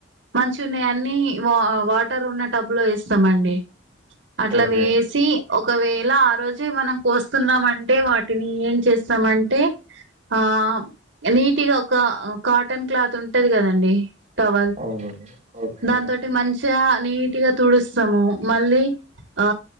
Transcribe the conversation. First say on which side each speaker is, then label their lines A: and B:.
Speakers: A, on the right; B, on the right.
A: మంచి ఉన్నాయ అన్ని వా వాటర్ ఉన్న టబ్ లో వేస్తామండి అట్లా
B: ఓకే
A: వేసి
B: అండి.
A: ఒకవేళ ఆ రోజే మనం కోస్తున్నామంటే వాటిని ఏం చేస్తామంటే ఆ నీటిగా క కాటన్ క్లాత్ ఉంటది కదండి టవల్
B: అవునండి. ఓకే.
A: దా న్తోటి మంచిగా నీట్గా తుడుస్తాము మళ్ళీ ఆ